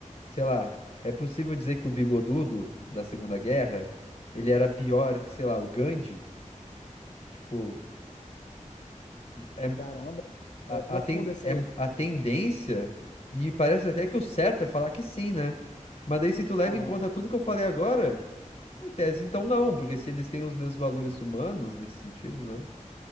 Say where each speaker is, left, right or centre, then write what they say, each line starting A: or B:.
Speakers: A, on the left; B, on the left.
A: Sei lá, é possível dizer que o Bigodudo da Segunda Guerra, ele era pior que, sei lá, o Gandhi? Tipo, É,
B: Caramba, hein? É
A: a,
B: profundo
A: a, ten-
B: esse
A: é
B: aí.
A: a tendência, e parece até que o certo é falar que sim, né? Mas daí, se tu leva
B: Aham.
A: em conta tudo que eu falei agora, em tese, então não, porque se eles têm os mesmos valores humanos nesse sentido, né?